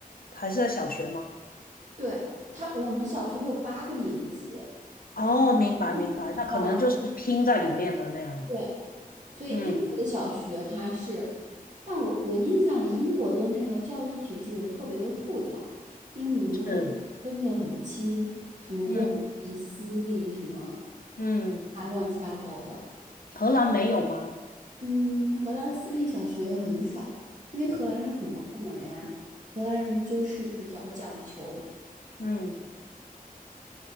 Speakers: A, on the left (about 70°); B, on the right (about 50°).
A: 还是在小学吗？
B: 对，他，我们小学有八个年级。
A: 哦，明白明白，
B: 嗯，知道。
A: 那可能就是拼在里面了那样。
B: 对，所以英国的小学它是，
A: 嗯，
B: 但我我印象里英国的那个教育体制特别的复杂，因为你们还分得很清，
A: 是，
B: 什么公立、
A: 嗯
B: 私立，什么
A: 嗯，
B: 啊乱七八糟的。
A: 荷兰没有吗？
B: 嗯，荷兰私立小学很少，因为荷兰人很抠门儿呀。荷兰人就是比较讲求
A: 嗯。